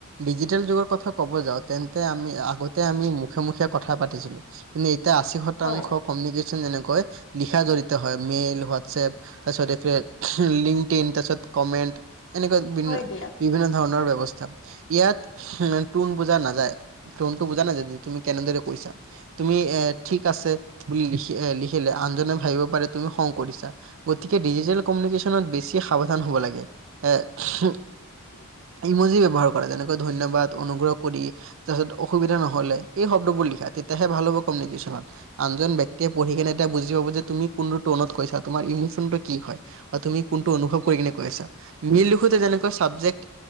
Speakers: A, on the right; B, on the left.
A: ডিজিটেল যুগৰ কথা কব যাওঁ তেন্তে আমি আগতে আমি মুখে মুখে কথা পাতিছিলো। কিন্তু এতিয়া আশী শতাংশ
B: হয়,
A: কমিউনিকেশ্যন যেনেকৈ লিখা গঢ়িত হয়। মেইল হোৱাতচেফ তাৰপিছতে ফে লিংক ইন তাৰপিছত কমেণ্ট এনেকুৱা বিভিন্ন
B: হয়
A: <unintelligible>
B: দিয়া,
A: বিভিন্ন ধৰণৰ ব্যৱস্থা, ইয়াত উম টোন বুজা নাযায়। টনটো বুজা নাযায় যে তুমি কেনেদৰে কৈছা তুমি এ ঠিক আছে বুলি লিখি লিখিলা। আনজনে ভাবিব পাৰে তুমি খং কৰিছা গতিকে ডিজিটেল কমিউনিকেচনত বেছি সাৱধান হ'ব লাগে। এ <unintelligible>
B: <unintelligible>
A: ইমজী ব্যৱহাৰ কৰা যায় যেনেকৈ ধন্যবাদ, অনুগ্ৰহ কৰি তাৰপাছত অসুবিধা নহ'লে এই শব্দবোৰ লিখা তেতিয়াহে ভাল হ'ব কমিউনিকেশ্যনত। আনজন ব্যক্তিয়ে পঢ়ি কিনে এতিয়া বুজি পাব যে তুমি কোনটো টনত কৈছা, তোমাৰ ইমোচনটো কি হয়। তুমি কোনটো অনুভৱ কৰি কিনে কৈ আছা। মেইল লিখোতে যেনে কৈ ছাবজেক্ট